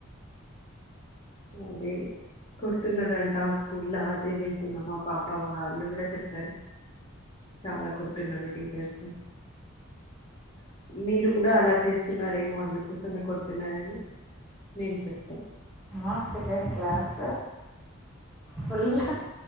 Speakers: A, on the left (about 25°); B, in the centre.
A: అదే కొడుతున్నరంట స్కూల్లా అదే వింటున్నా మా పాప వాళ్ళు కూడా చెప్తారు చాలా కొడుతున్నారు టీచర్స్ మీరు కూడా అలా చేస్తున్నారు ఏమో అందుకోసమే కొడుతున్నారని మేము చెప్తాం
B: అ సెకండ్ క్లాస్ ఫుల్